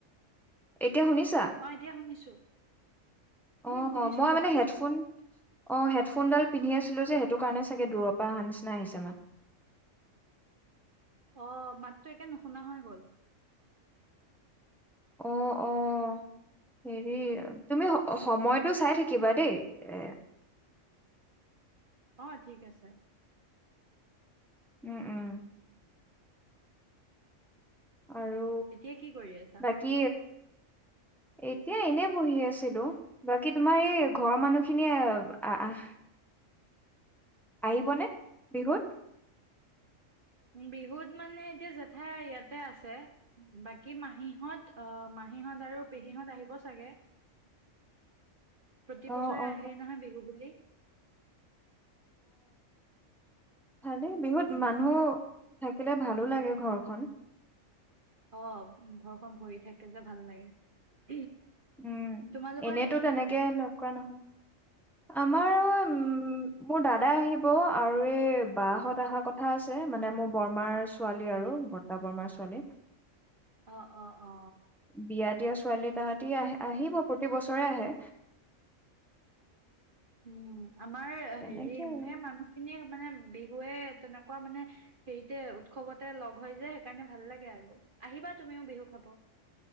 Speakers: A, in the centre; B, on the right.
A: এতিয়া শুনিছা?
B: অ ', এতিয়া শুনিছো
A: অ',
B: উম', শুনিছো-
A: মই
B: শুনিছো।
A: মানে হেডফোন অ ', হেডফোনডাল পিন্ধি আছিলোঁ যে, সেইটো কাৰণে চাগে দূৰৰ পৰাহ আহা নিচিনা আহিছে মাত।
B: অ', মাতটো একে নুশুনা হৈ গ'ল।
A: অ ', -অ ', হেৰি তুমি সময়টো চাই থাকিবা দেই এ', -
B: অ', ঠিক আছে।
A: উম -উম আৰু
B: এতিয়া কি কৰি আছা?
A: বাকী, এতিয়া এনে বহি আছিলো। বাকী তোমাৰ এই ঘৰৰ মানুহখিনিয়ে আহ - আহ, আহিবনে, বিহুত?
B: বিহুত মানে এতিয়া জেঠাই ইয়াতে আছে বাকী মাহীহত, অ', মাহীহঁত আৰু পেহী- হত আহিব চাগে। প্ৰতি
A: অ
B: বছৰে
A: অ
B: আহেই নহয়, বিহু বুলি।
A: ভালে বিহুত
B: উম
A: মানুহ, - থাকিলে ভালো লাগে, ঘৰখন।
B: অ', ঘৰখন ভৰি থাকে যে ভাল লাগে।
A: উম,
B: তোমালোকৰ
A: ' এনেইতো
B: আহিব নে
A: তেনেকে
B: নাহে?
A: লগ কৰা নহয়। আমাৰ অ ', মোৰ দাদা আহিব আৰু এই বাঁ- হত আহা কথা আছে। মানে মোৰ বৰমাৰ ছোৱালী আৰু বৰ্তা-বৰমাৰ ছোৱালী।
B: অ অ অ
A: বিয়া দিয়া ছোৱালী তাহাঁত, প্ৰতি আহ, আহিব প্ৰতি বছৰে আহে।
B: উম', আমাৰ
A: তেনেকে
B: হেৰি সেই
A: আৰু
B: মানুহখিনিয়ে, মানে বিহুৱে তেনেকুৱা মানে হেৰিতে উৎসৱতে লগ হৈ যে। সেইকাৰণে ভাল লাগে আৰু আহিবা তুমিও বিহু খাব।